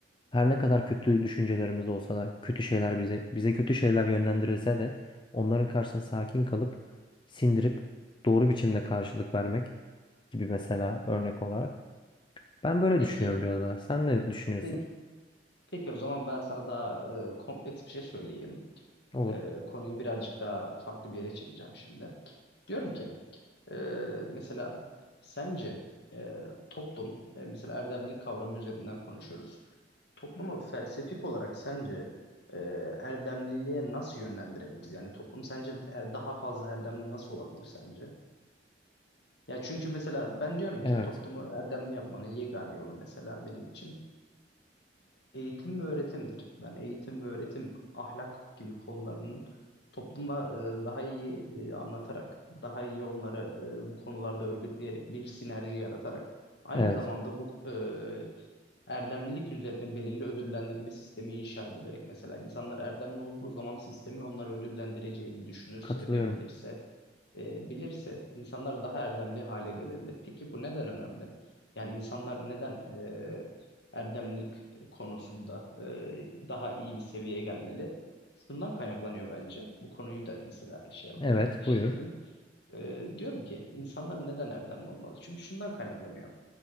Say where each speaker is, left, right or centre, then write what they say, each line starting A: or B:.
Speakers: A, on the left; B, on the left.
A: Her ne kadar kötü düşüncelerimiz olsa da, kötü şeyler bize bize kötü şeyler yönlendirilse de onların karşısında sakin kalıp sindirip doğru biçimde karşılık vermek gibi mesela örnek olarak. Ben böyle
B: Peki,
A: düşünüyorum biraz daha. Sen ne düşünüyorsun?
B: peki, peki o zaman ben sana daha e, kompleks bir şey söyleyeyim.
A: Olur.
B: Ee, konuyu birazcık daha farklı bir yere çekeceğim şimdi. Diyorum ki e, mesela sence e, toplum e, mesela erdemlik kavramı üzerinden konuşuyoruz. Toplumu felsefik olarak sence e, erdemliliğe nasıl yönlendirebiliriz? Yani toplum sence e, daha fazla erdemli nasıl olabilir sence? Ya çünkü mesela ben diyorum
A: Evet.
B: ki toplumu erdemli yapmanın yegane yolu mesela benim için Eğitim ve öğretimdir. Ben eğitim ve öğretim, ahlak gibi konularının topluma e, daha iyi e, anlatarak, daha iyi onları e, bu konularda örgütleyerek, bir sinerji yaratarak, aynı
A: Evet.
B: zamanda bu e, Erdemlilik üzerine belirli ödüllendirme sistemi inşa edilerek mesela insanlar erdemli olduğu zaman sistemin onları ödüllendireceğini düşünürse
A: Katılıyorum.
B: ve bilirse e, bilirse insanlar daha erdemli hale gelebilir. Peki bu neden önemli? Yani insanlar neden e, erdemlilik konusunda e, daha iyi bir seviyeye gelmeli? Şundan kaynaklanıyor bence. Bu konuyu da mesela şey yapalım,
A: Evet,
B: işleyelim.
A: buyur.
B: E, diyorum ki insanlar neden erdemli olmalı? Çünkü şundan kaynaklanıyor.